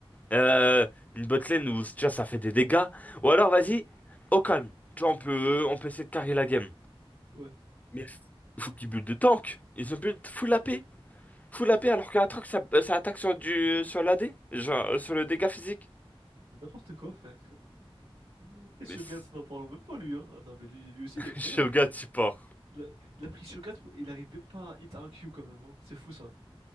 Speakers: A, on the left (about 15°); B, on the right (about 80°).
A: Euh, une botlane où déjà ça fait des dégâts. Ou alors vas-y, au calme. Tu vois, on peut, euh, on peut essayer de carrer la game.
B: Ouais.
A: Mais f- faut qu'ils build de tank. Ils ont build full AP. Full AP alors que la truc ça, ça attaque sur du sur l'AD. Genre euh, sur le dégât physique.
B: Mais N'importe quoi, frère. <laughs> Et
A: Mais
B: Shogat,
A: c'est-
B: n'en parlons même pas, lui. Hein. Ah Non mais lui, lui aussi,
A: <laughs>
B: il est prêt,
A: Shogun
B: hein, frère.
A: support.
B: Il a, il a pris Shogat, pour- il arrive même pas à hit un Q quand même. hein. C'est fou, ça.